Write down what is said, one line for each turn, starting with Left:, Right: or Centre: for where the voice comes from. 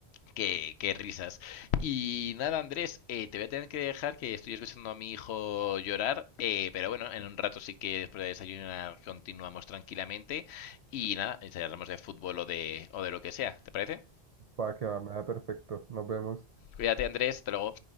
Left: Qué, qué risas. Y nada, Andrés, eh, te voy a tener que dejar que estoy escuchando a mi hijo llorar, eh, pero bueno, en un rato sí que después de desayunar continuamos tranquilamente y nada, charlamos de fútbol o de, o de lo que sea, ¿te parece?
Right: Va que va, me da perfecto. Nos vemos.
Left: Cuídate, Andrés, hasta luego.